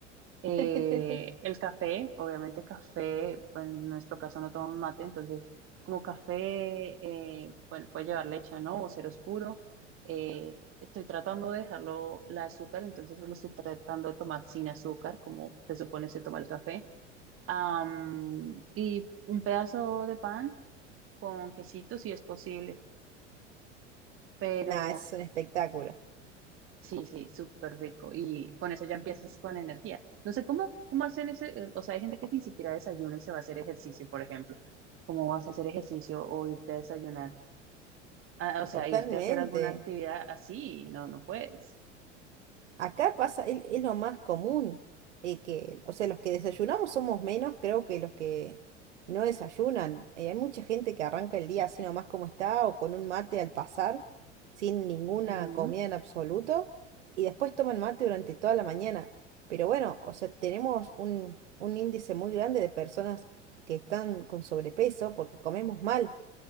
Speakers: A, on the right; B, on the right.
A: Eh,
B: <laughs>
A: el café, obviamente, café, pues en nuestro caso no tomamos mate, entonces, como café, eh, bueno, puede llevar leche o no, o ser oscuro. Eh, estoy tratando de dejarlo, la azúcar, entonces lo estoy tratando de tomar sin azúcar, como se supone se toma el café. Am, y un pedazo de pan con quesito si es posible, pero
B: Nada, es un espectáculo.
A: sí, sí, súper rico. Y con eso ya empiezas con energía. No sé cómo, cómo hacen ese, eh, o sea, hay gente que ni siquiera desayuna y se va a hacer ejercicio, por ejemplo. ¿Cómo vas a hacer ejercicio o irte a desayunar? Ah, o sea,
B: Totalmente.
A: irte a hacer alguna actividad así, no, no puedes.
B: Acá pasa, es, es lo más común, eh, que, o sea, los que desayunamos somos menos, creo que los que no desayunan. Eh, hay mucha gente que arranca el día así nomás como está o con un mate al pasar, sin ninguna
A: Ujú.
B: comida en absoluto, y después toman mate durante toda la mañana. Pero bueno, o sea, tenemos un, un índice muy grande de personas que están con sobrepeso porque comemos mal.